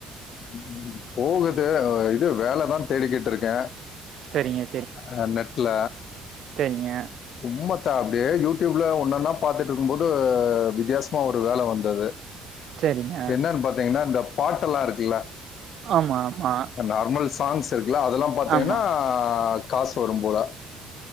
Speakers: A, on the left; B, on the right.
A: ம் போகுது இது வேலைதா தேடிக்கிட்டு இருக்கே
B: சரிங்க
A: அ நெட்ல
B: சேரிங்க
A: சும்மா தா அப்டியே யூடியூப்ல ஒன்னொன்னா பாத்துட்டு க்குபோது வித்தியாசமா ஒரு வேலை வந்தது
B: சரிங்க
A: என்னன்னு பாத்தீங்னா இந்த பாட்டெல்லா இருக்குல்ல.
B: ஆமா ஆமா
A: நார்மல் சாங்ஸ் இருக்குல்ல அதெல்லா பாத்தீங்கனா
B: ஆமா
A: காசு வரும் போல.